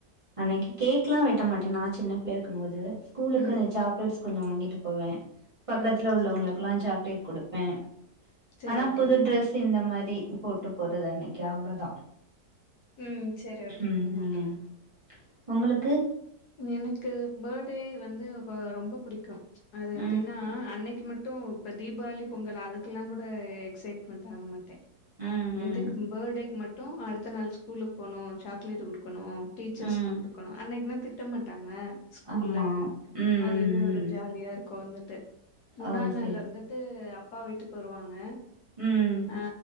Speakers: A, on the right (about 20°); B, on the left (about 70°).
A: அன்னைக்கு கேக்லா வெட்ட மாட்டே நா சின்ன பிள்ளையா இருக்கும் போது ஸ்கூலுக்கு
B: ம்
A: சாக்லேட்ஸ் கொஞ்சோ வாங்கிட்டு போவே பக்கத்துல
B: ம்
A: உள்ளவங்களுக்லா
B: சரி
A: சாக்லேட் குடுப்பே
B: சரி
A: ஆனா
B: ஓகேங்க
A: புது ட்ரெஸ் இந்த மாரி போட்டு போறது அன்னைக்கி அவ்ளோதா
B: ம் செரி ஓகே
A: ம் ம்
B: ஓகே
A: உங்களுக்கு
B: எனக்கு பர்த்டே வந்து ரொம்ப பிடிக்கு அது எப்டின்னா
A: ம்
B: அன்னைக்கு மட்டு இப்ப தீபாவளி பொங்கல் அதுக்கெல்லா கூட எக்ஸைட்மெண்ட் ஆக மாட்டே
A: ம் ம்
B: எதுக்கு பர்டேக்கு மட்டு அடுத்த நாள் ஸ்கூலுக்கு போனு சாக்லேட் குடுக்கணு டீச்சர்ஸ்க்கு
A: ம்
B: குடுக்கணு அன்னைக்குன்னா திட்ட மாட்டாங்க ஸ்கூல்ல
A: ஆமா ம்
B: அதுவே
A: ம்
B: ஒரு
A: ம்
B: ஜாலியா இருக்கு வந்துட்டு முன்னா
A: ஓ
B: நாள்லந்து
A: செரி செரி
B: வந்துட்டு அப்பா வீட்டுக்கு வருவாங்க
A: ம்
B: ஆ